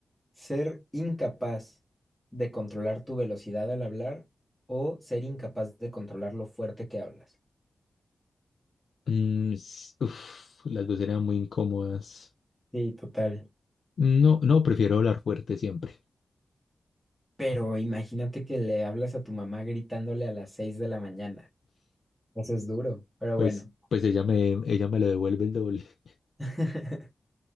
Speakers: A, in the centre; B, on the left.
A: ¿Ser incapaz de controlar tu velocidad al hablar o ser incapaz de controlar lo fuerte que hablas?
B: Mm, s- uf, las dos eran muy incómodas.
A: Sí, total.
B: No, no, prefiero hablar fuerte siempre.
A: Pero imagínate que le hablas a tu mamá gritándole a las 6 de la mañana. Eso es duro, pero
B: Pues,
A: bueno.
B: pues ella me, ella me lo devuelve el doble. <laughs>
A: <laughs>